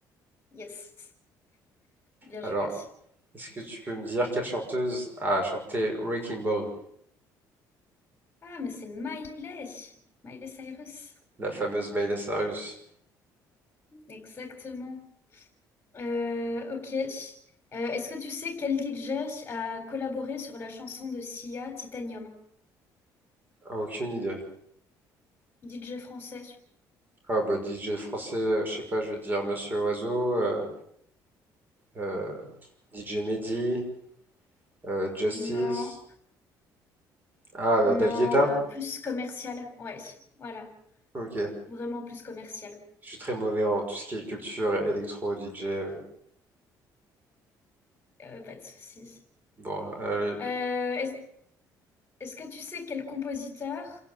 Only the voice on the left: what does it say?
Yes, bien
joué.
Ah, mais c'est Miley, Miley Cyrus.
Exactement. Euh, ok. Euh, est-ce que tu sais quel DJ a collaboré sur la chanson de Sia, Titanium?
DJ français?
Non.
Non,
heu, plus commercial, ouais, voilà,
vraiment plus commercial,
heu, pas de souci.
Heu, est-ce est-ce que tu sais quel compositeur,